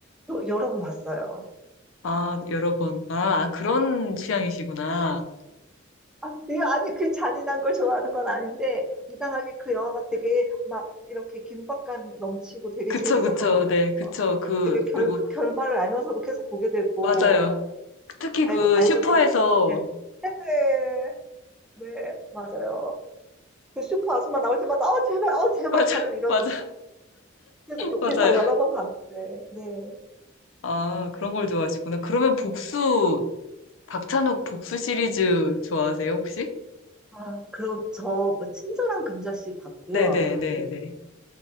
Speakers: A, in the centre; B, on the left.
A: 여, 여러 번 봤어요.
B: 아, 여러 번. 아, 아, 그런 취향이시구나.
A: 아, 예, 아니, 그 잔인한 걸 좋아하는 건 아닌데, 이상하게 그 영화가 되게 막 이렇게 긴박감 넘치고 되게
B: 그쵸,
A: 재밌었던
B: 그쵸,
A: 것 같아요.
B: 네, 그쵸. 그,
A: 되게 결,
B: 그리고,
A: 결말을 알면서도 계속 보게 되고,
B: 맞아요. 특히
A: 알고,
B: 그
A: 알죠.
B: 슈퍼에서,
A: 그, 네. 네네. 네, 맞아요. 그 슈퍼 아줌마 나올 때마다, 어, 제발, 어, 제발
B: <laughs> 맞아,
A: 다들 이러잖아.
B: 맞아,
A: 그래서
B: <laughs>
A: 우리
B: 맞아요.
A: 다 여러 번 봤는데, 네.
B: 아, 그런 걸 좋아하시구나. 그러면 복수, 박찬욱 복수 시리즈 좋아하세요, 혹시?
A: 아, 그럼 저 뭐 친절한 금자씨 봤고요.
B: 네네네네. 네,
A: 그리고
B: 네,